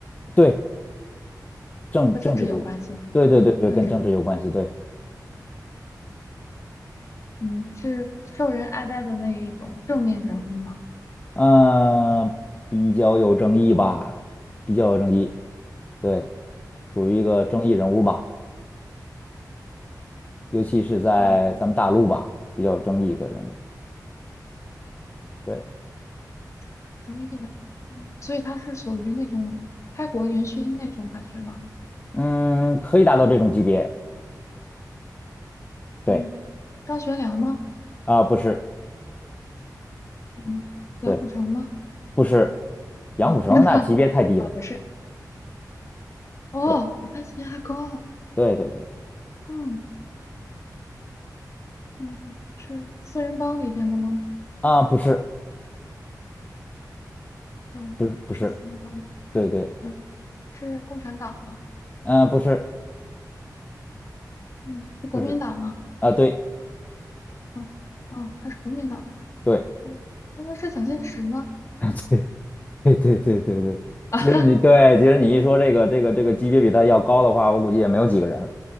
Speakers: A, on the left; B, on the left.
A: 对，政政治界，
B: 和政治有关系吗？
A: 对对对对，
B: 嗯，政治的。
A: 跟政治有关系，对，
B: 嗯，是受人爱戴的那一种正面人物吗？
A: 嗯、比较有争议吧，比较有争议，对，属于一个争议人物吧，尤其是在咱们大陆吧，
B: 哦，
A: 比较有争议一个人物。对。
B: 有争议的。嗯，所以他是属于那种开国元勋那种感觉吗？
A: 嗯，可以达到这种级别。对，
B: 嗯，张学良吗？
A: 啊、不是，
B: 嗯，杨虎城吗？
A: 对，不是，杨虎城那级别太低了。
B: 哦，天呐，哦，不是，哦，
A: 对，
B: 比他级别还高啊。
A: 对，对，对，对，
B: 嗯。嗯，是四人帮里面的吗？
A: 啊、不是，
B: 哦，
A: 不是，不是，
B: 不是四人帮里面的，
A: 对对，
B: 嗯，是共产党吗？
A: 嗯、不是，
B: 嗯，是国民党吗？
A: 不是，啊、对，
B: 哦，哦，他是国民党的人，
A: 对，
B: 嗯，难道是蒋介石吗？
A: <laughs> 对，对，对，对，对，对。
B: <laughs> 啊哈，
A: 其实你对，其实你一说这个这个这个级别比他要高的话，我估计也没有几个人了，